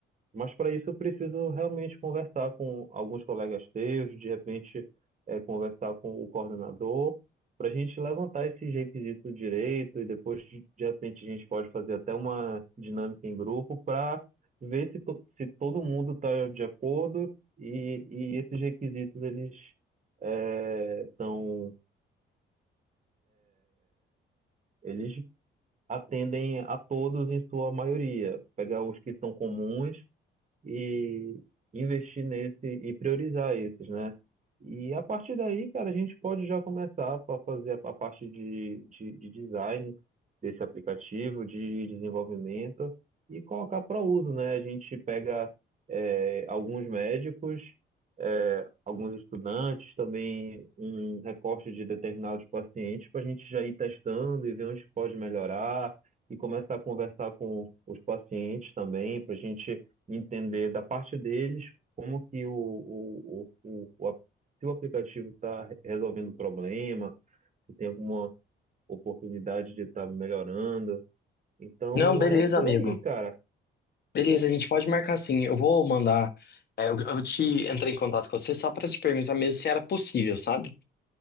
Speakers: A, on the right (about 40°); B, on the left (about 55°).
A: mas para isso eu preciso realmente conversar com alguns colegas teus, de repente eh, conversar com o coordenador, para a gente levantar esse requisito direito e depois de de repente a gente pode fazer até uma dinâmica em grupo para ver se, to- se todo mundo está de acordo e, e esses requisitos eles eh, são eles atendem a todos em sua maioria. Pegar os que são comuns e investir nesse e priorizar esses, né? E a partir daí, cara, a gente pode já começar a fazer a a parte de, de, de design desse aplicativo, de desenvolvimento e colocar para uso, né? A gente pega eh, alguns médicos, eh, alguns estudantes, também um recorte de determinados pacientes para a gente já ir testando e ver onde pode melhorar e começar a conversar com os pacientes também, para a gente entender da parte deles como que o, o, o, o, o- se o aplicativo está resolvendo o problema, se tem alguma oportunidade de estar melhorando. Então
B: Não, beleza,
A: é por
B: amigo.
A: aí, cara.
B: Beleza,
A: Pô,
B: a gente pode marcar sim. Eu vou mandar. é, eu, eu te entrei em contato com você só pra te perguntar mesmo se era possível, sabe?